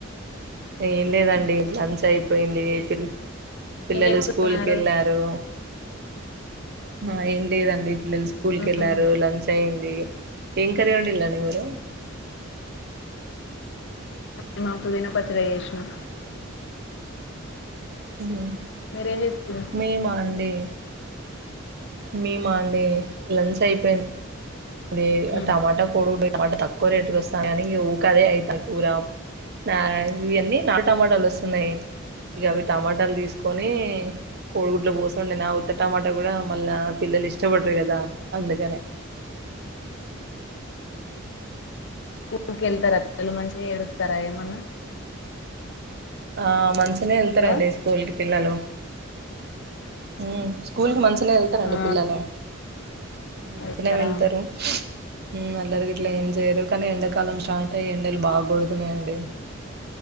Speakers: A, on the right; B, on the left.
A: ఏం లేదండి లంచ్ అయి పోయింది పిల్ పిల్లలు
B: ఏం చేస్తున్నారు
A: స్కూల్ కేళ్ళారు మా ఏం లేదండి పిల్లలు స్కూల్ కేళ్ళారు
B: ఉమ్,
A: లంచ్ అయింది ఏం కర్రీ ఓండిలాండీ మీరు
B: మేమా పుదీనా పచ్చడి చేసినా
A: మ్మ్
B: మీరేం చేస్తారు
A: మేమా అండి మేమా అండి లంచ్ అయిపోయింది ది ఆ
B: ఉమ్,
A: టమాటా కొడుగుడ్ టమాటా తక్కువ రేటుకస్తాందని ఈగ ఊకాదే అయితది కూర నా ఇయన్నీ నాల్ టమాటాల్ ఓస్తున్నాయి ఇగా అవి టమాటాల్ తీస్కొని కోడిగుడ్ల వోసోండినా ఉత్త టమాటా గూడా మళ్ళా పిల్లలు ఇష్టవడరు గాదా అందుకనే
B: ఊ కెళ్తారా పిల్లలు మంచిగా ఏడుస్తారా ఏమన్నా
A: ఆ మంచినే వెళ్తారండి
B: హలో
A: స్కూల్ కి పిల్లలు మ్మ్ స్కూల్కి మంచ్ తినే వెళ్తారండి
B: ఆ,
A: పిల్లలు మంచినే
B: వెళ్తారా
A: వేళ్తారు మ్మ్ అల్లరి గిట్లా ఏం జేయరు కానీ ఎండాకాలం స్టార్ట్ అయ్యి ఎండలు బాగొడ్తూన్నాయండి